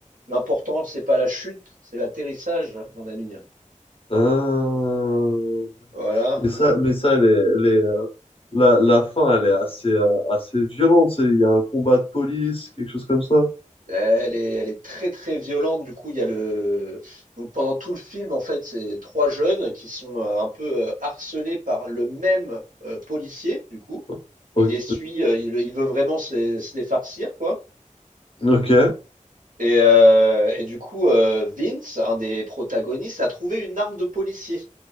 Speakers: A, on the right (about 85°); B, on the left (about 45°).
A: L'important, c'est pas la chute, c'est l'atterrissage, mon ami.
B: Ah.
A: Voilà.
B: Mais ça, mais ça, les, les, euh, la, la fin, elle est assez, euh, assez violente. c'est- Il y a un combat de police, quelque chose comme ça.
A: Elle est, elle est très très violente. Du coup, il y a le donc pendant tout le film, en fait, c'est trois jeunes qui sont euh, un peu euh, harcelés par le même euh, policier. Du coup,
B: O- Ok.
A: il les suit, euh, il, il veut vraiment se les, se les farcir, quoi.
B: Ok.
A: Et, euh, et du coup, euh, Vince, un des protagonistes, a trouvé une arme de policier.